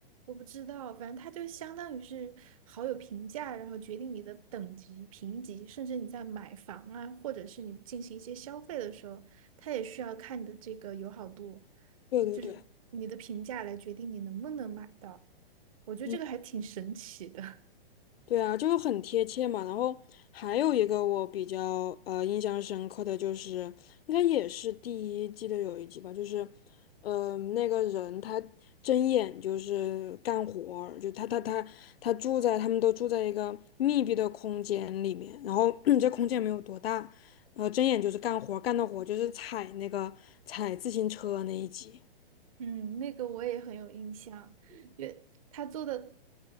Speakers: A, on the right (about 35°); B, on the left (about 75°).
A: 我不知道，反正它就相当于是好友评价，然后决定你的等级、评级，甚至你在买房啊，或者是你进行一些消费的时候，它也需要看你的这个友好度，
B: 对对对。
A: 就是你的评价来决定你能不能买到。我觉得这个还挺神奇的。
B: 嗯。对啊，就是很贴切嘛。然后还有一个我比较呃印象深刻的就是，应该也是第一季的有一集吧，就是，呃，那个人他睁眼就是干活儿就他他他他住在他们都住在一个密闭的空间里面，然后 <clears throat> 这空间没有多大，然后睁眼就是干活儿干的活儿就是踩那个踩自行车那一集。
A: 嗯，那个我也很有印象，因为他做的